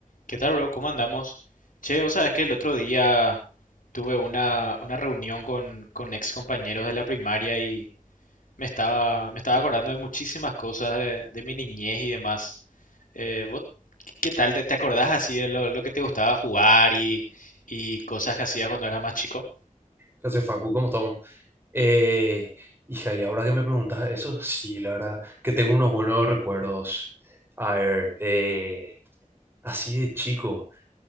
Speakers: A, on the left; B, on the right.
A: ¿Qué tal, bro? ¿Cómo andamos? Che, vos sabés que el otro día tuve una, una reunión con, con ex compañeros de la primaria y me estaba, me estaba acordando de muchísimas cosas de, de mi niñez y demás. Eh, ¿vos qué qué tal? ¿Te, te acordás así de lo, lo que te gustaba jugar y, y cosas que hacías cuando eras más chico?
B: ¿Qué hace Facu? ¿Cómo estamos? Eh, hija, y ahora que me preguntas eso, sí, la verdad, que tengo unos buenos recuerdos. A ver, eh, así de chico.